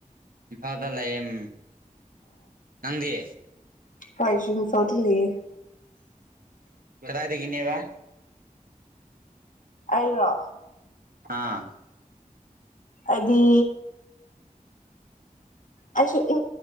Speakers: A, on the right (about 85°); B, on the left (about 65°).
A: ꯏꯝꯐꯥꯜꯗ ꯂꯩꯌꯦꯝ ꯅꯪꯗꯤ
B: <unintelligible> ꯂꯌꯦ
A: ꯀꯗꯥꯢꯗꯒꯤꯅꯦꯕ
B: ꯑꯩꯔꯣ
A: ꯑꯥ
B: ꯑꯗꯤ ꯑꯩꯁꯨ ꯏ